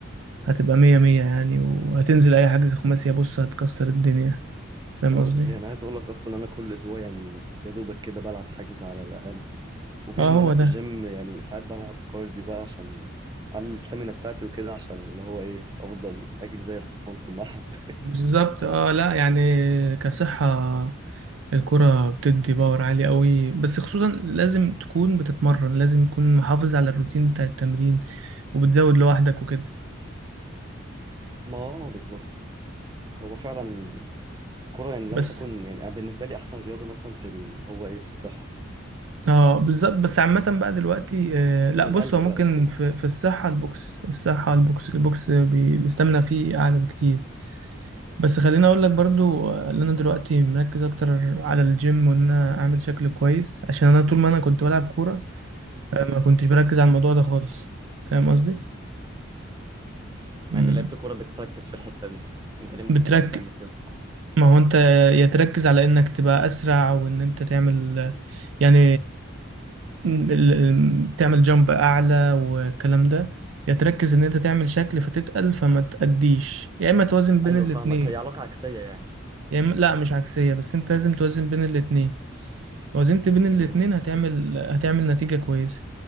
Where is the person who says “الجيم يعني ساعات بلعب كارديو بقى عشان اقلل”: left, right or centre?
Right